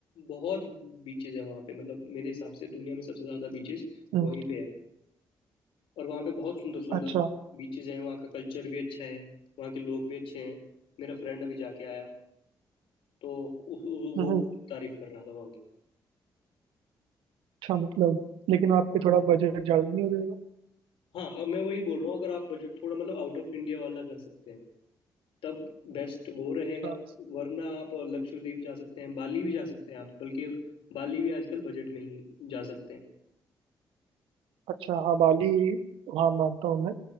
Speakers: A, on the left (about 80°); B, on the right (about 85°).
A: बहुत बीचेस है वहाँ पे मतलब मेरे हिसाब से दुनिया में सबसे ज़्यादा बीचेस
B: हम्म,
A: वहीं पे है और वहाँ पे बहुत सुंदर सुंदर
B: अच्छा
A: बीचेस हैं वहाँ का कल्चर भी अच्छा है वहाँ के लोग भी अच्छे हैं मेरा फ्रेंड अभी जाके आया तो उ, उ,
B: हम्म,
A: वो बहुत तारीफ कर रहा था वहाँ की
B: अच्छा मतलब लेकिन वहाँ पे थोड़ा बजट ज्यादा नहीं हो जाएगा
A: हाँ अब मैं वही बोल रहा हूँ अगर आप बजट थोड़ा मतलब आउट ऑफ इंडिया वाला कर सकते हैं तब बेस्ट वो रहेगा
B: अच्छा
A: वरना आप लक्षद्वीप जा सकते हैं बाली भी जा सकते हैं आप बल्कि अब बाली भी आजकल बजट में ही जा सकते हैं
B: अच्छा हाँ बाली हाँ मानता हूँ मैं